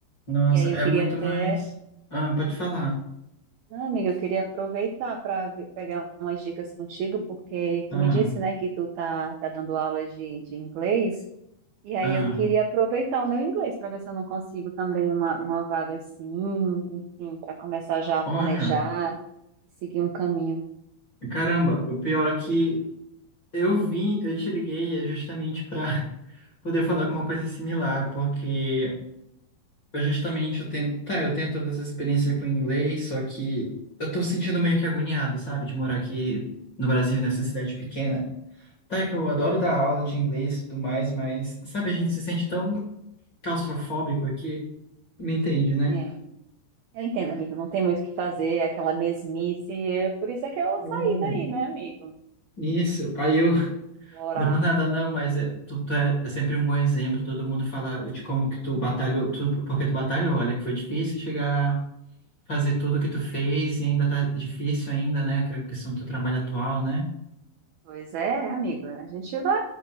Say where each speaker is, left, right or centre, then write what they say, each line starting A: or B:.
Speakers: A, on the left; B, on the right.
A: Nossa,
B: E aí
A: é
B: eu queria
A: muito
B: até.
A: mais. Ah, pode falar.
B: Não, amiga, eu queria aproveitar para pegar umas dicas contigo, porque
A: Ah,
B: tu me disse, né, que tu tá, tá dando aula de, de inglês. E aí
A: ah.
B: eu queria aproveitar o meu inglês para ver se eu não consigo também uma, uma vaga assim, enfim, para começar já a
A: Olha.
B: planejar e seguir um caminho.
A: Caramba, o pior é que eu vim, eu te liguei é justamente pra. poder falar com uma coisa similar, porque eu justamente eu tenho, tá, eu tenho toda essa experiência com inglês, só que eu tô sentindo meio que agoniado, sabe, de morar aqui no Brasil, nessa cidade pequena. Tá, que eu adoro dar aula de inglês e tudo mais, mas, sabe, a gente se sente tão claustrofóbico aqui, me entende, né?
B: É. Eu entendo, amigo. Não tem muito o que fazer, é aquela mesmice. é Por isso é que eu
A: Hum.
B: saí daí, né, amigo?
A: Isso, aí eu, <laughs>
B: Explorar.
A: não é por nada não, mas é, tu, tu é é sempre um bom exemplo, todo mundo fala de como que tu batalhou, tu, porque tu batalhou, olha, que foi difícil chegar fazer tudo que tu fez e ainda tá difícil ainda, né? Que a questão do teu trabalho atual, né?
B: Pois é, amigo. A gente vai,